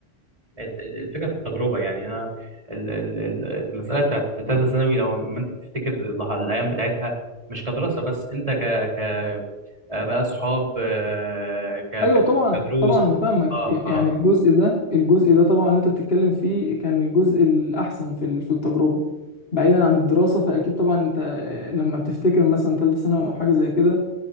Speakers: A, on the right; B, on the left.
A: الت- الفكره في التجربه يعني انا ال- ال- ال- المساله بتاعت ثالثه ثانوي لو ما انت تفتكر اللح- الايام بتاعتها مش كدراسه بس انت ك ك آه، بقى اصحاب آه، ك
B: ايوه
A: ك-
B: طبعا
A: كدروس
B: طبعا انا فاهمك
A: اه
B: يعني
A: اه
B: الجزء ده الجزء ده طبعا اللي انت بتتكلم فيه كان الجزء الاحسن في ال- في التجربه بعيدا عن الدراسه فاكيد طبعا انت آه، لما بتفتكر مثلا ثالثه ثانوي او حاجه زي كده